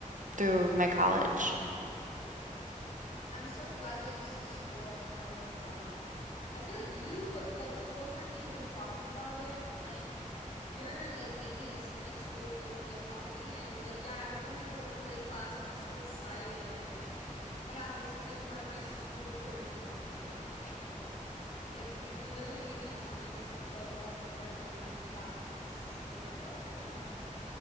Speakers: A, on the right; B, on the left.
A: through my college?
B: I'm so glad that you see school as like kind of like a hobby. I feel like you like this whole time that you've been talking about it, like you're like making it seem like school is literally a hobby and you're like, yeah, and I'm going to go to clay class and I'm so excited and I have this as like part of my school curriculum. Like like you're literally making it sound like it's a like walk in the park breeze of happiness. You're like, "Oh yeah."